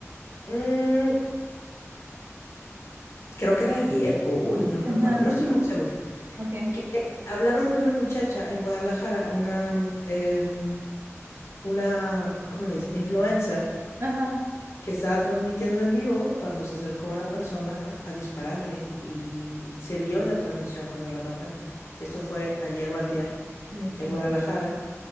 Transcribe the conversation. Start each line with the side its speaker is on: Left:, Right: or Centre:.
Left: mm, creo que era ayer o hoy, no recuerdo,
Right: Ajá,
Left: no estoy muy segura
Right: ok.
Left: que hablaban de una muchacha en Guadalajara, una, mm, em, una, ¿cómo le dicen? Influencer,
Right: Ajá.
Left: que estaba transmitiendo en vivo cuando se acercó una persona a dispararle y se vio en la transmisión cuando la matan. Esto fue ayer o antier
Right: Dios
Left: en
Right: mío.
Left: Guadalajara.